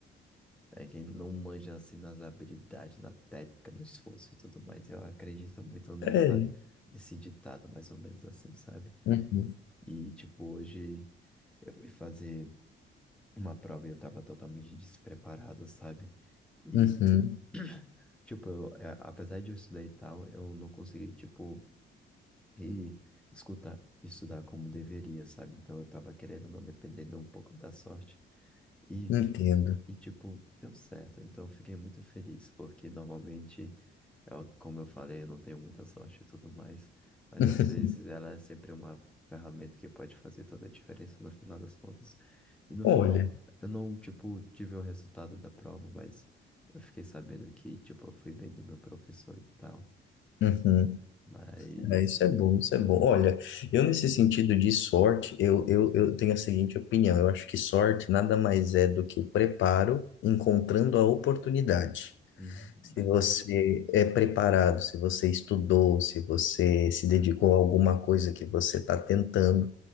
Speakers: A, in the centre; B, on the left.
A: é quem não manja assim nas habilidades, na técnica, no esforço e tudo mais. Eu acredito muito nessa
B: É.
A: nesse ditado mais ou menos assim, sabe?
B: Uhum,
A: E tipo hoje eu fui fazer uma prova e eu tava totalmente despreparado, sabe? E
B: uhum,
A: <clears throat> tipo, eu, é, apesar de eu estudar e tal, eu não consegui tipo ir escutar estudar como deveria, sabe? Então eu tava querendo ou não dependendo um pouco da sorte. E
B: entendo.
A: E, tipo, deu certo. Então, eu fiquei muito feliz, porque normalmente, eu, como eu falei, eu não tenho muita sorte e tudo mais, mas
B: <laughs>
A: às vezes ela é sempre uma ferramenta que pode fazer toda a diferença no final das contas. E no
B: Olha,
A: final, eu não, tipo, tive o resultado da prova, mas eu fiquei sabendo que, tipo, eu fui bem do meu professor e tal.
B: uhum,
A: Mas,
B: é, isso é bom, isso é bom. Olha, eu nesse sentido de sorte, eu, eu, eu tenho a seguinte opinião. Eu acho que sorte nada mais é do que o preparo encontrando a oportunidade.
A: uhum,
B: Se
A: verdade.
B: você é preparado, se você estudou, se você se dedicou a alguma coisa que você está tentando,